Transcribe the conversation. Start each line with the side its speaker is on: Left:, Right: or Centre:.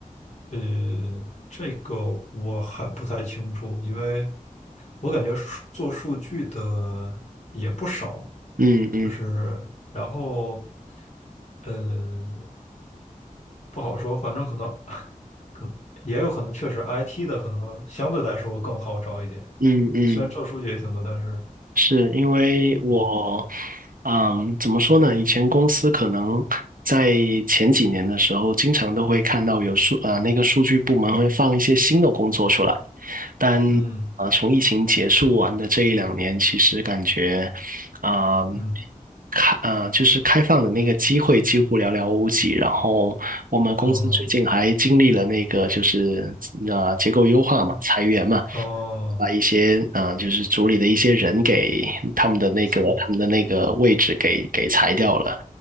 Left: 呃，这个我还不太清楚，因为我感觉数做数据的也不少，
Right: 嗯嗯
Left: 就是然后呃不好说，反正可能可能也有可能确实 IT 的可能相对来说更好找一点，
Right: 嗯嗯，
Left: 虽然做数据也挺多，但是
Right: 是因为我，
Left: 嗯
Right: 嗯，怎么说呢？以前公司可能在前几年的时候，经常都会看到有数，呃，那个数据部门会放一些新的工作出来。
Left: 嗯
Right: 但
Left: 嗯。
Right: 啊、呃从疫情结束完的这一两年，其实感觉啊、
Left: 嗯
Right: 开啊，就是开放的那个机会几乎寥寥无几。然后我们公司最近还经历了那个就是呃、
Left: 哦，
Right: 结构优化嘛，
Left: 嗯，
Right: 裁员嘛。
Left: 哦，
Right: 把一些啊，呃就是组里的一些人给他们的那个他们的那个位置给给裁掉了，
Left: 惨，